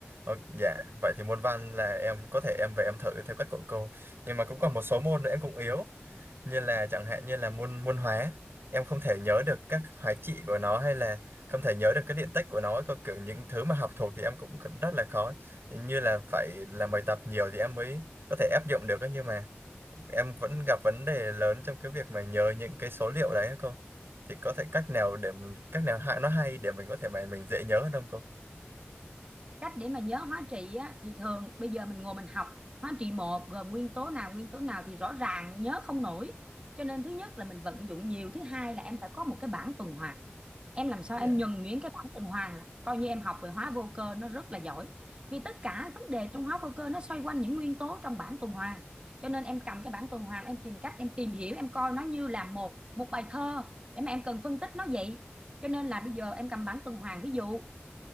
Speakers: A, on the right (about 65°); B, on the right (about 25°).
A: Ờ, dạ vậy thì môn văn là em có thể em về em thử theo cách của cô nhưng mà cũng còn một số môn nữa em cũng yếu như là chẳng hạn như là môn môn hóa em không thể nhớ được các hóa trị của nó hay là không thể nhớ được cái điện tích của nó có kiểu những thứ mà học thuộc thì em cũng kh- rất là khó như là phải làm bài tập nhiều thì em mới có thể áp dụng được ấy. nhưng mà em vẫn gặp vấn đề lớn trong cái việc mà nhớ những cái số liệu đấy ấy cô thì có thể cách nào để m- cách nào hay nó hay để mình có thể mà mình dễ nhớ hơn không cô
B: cách để mà nhớ hóa trị á, thì thường bây giờ mình ngồi mình học hóa trị một gồm nguyên tố nào nguyên tố nào thì rõ ràng nhớ không nổi cho nên thứ nhất là mình vận dụng nhiều thứ hai là em phải có một cái bảng tuần hoàn em làm sao
A: Dạ.
B: em nhuần nhuyễn cái bảng tuần hoàn là coi như em học về hóa vô cơ nó rất là giỏi vì tất cả vấn đề trong hóa vô cơ nó xoay quanh những nguyên tố trong bảng tuần hoàn cho nên em cầm cái bảng tuần hoàn em tìm cách em tìm hiểu em coi nó như là một một bài thơ để mà em cần phân tích nó vậy cho nên là bây giờ em cầm bảng tuần hoàn ví dụ